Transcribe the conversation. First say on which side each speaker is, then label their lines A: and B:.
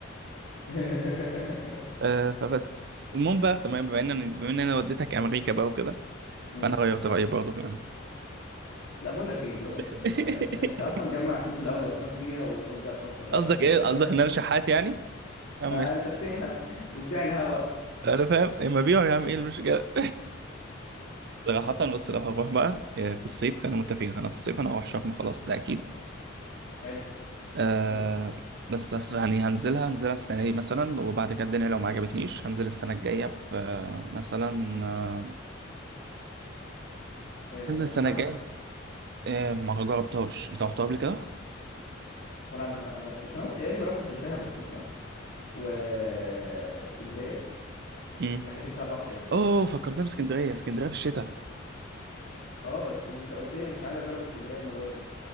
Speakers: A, on the left (about 80°); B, on the right (about 55°).
A: <laughs>
B: <laughs> آه فبس المهم بقى تمام بما ان بما ان انا وديتك امريكا بقى وكده
A: امم
B: فانا غيرت رايي برضه كمان
A: لا بقول لك ايه بقول لك
B: <laughs>
A: إيه، انت انت انت اصلا جمع الفلوس الاول اللي هتروح بيها وبقى- وابدا افكر بقى
B: قصدك
A: يعني
B: ايه
A: انت
B: قصدك ان انا شحات يعني
A: <laughs>
B: آه،
A: ما
B: ماشي.
A: انت بتحلم بتبيع الهوا
B: انا فاهم اما بيعوا يا عم ايه المشكله <laughs> صراحه بس لو هنروح بقى آه، في الصيف خلينا متفقين انا في الصيف انا هروح شرم خلاص ده اكيد
A: <laughs> حلو
B: آه
A: ماشي
B: بس أص- يعني هنزلها هنزلها السنه دي مثلا وبعد كده الدنيا لو ما عجبتنيش هنزل السنه الجايه في آه، مثلا آه،
A: آه،
B: هنزل
A: راس
B: السنه
A: محمد
B: الجايه آه ما جربتهاش انت رحتها قبل كده؟
A: ولا انا لا ما جربتش انا يا ابني ما رحتش غير دهب والسخنه واسكندريه
B: امم
A: الحاجات اللي فيها بحر يعني
B: اوه فكرتني باسكندريه اسكندريه في الشتاء
A: اه بس ما انت قلت لي مش عايز اجرب اسكندريه المره دي